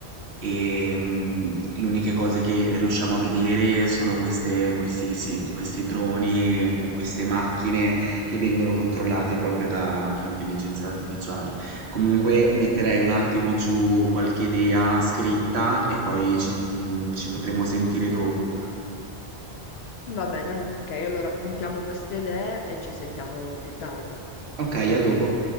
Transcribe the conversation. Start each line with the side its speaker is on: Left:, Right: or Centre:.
Right: e mm, le uniche cose che riusciamo a vedere sono queste, questi, sì, questi droni o queste macchine che vengono controllate proprio dall'intelligenza artificiale. Comunque metterei un attimo giù qualche idea scritta e poi ci, mm, ci potremo sentire dopo.
Left: Va bene, ok, allora appuntiamo queste idee e ci sentiamo più tardi.
Right: Ok, a dopo.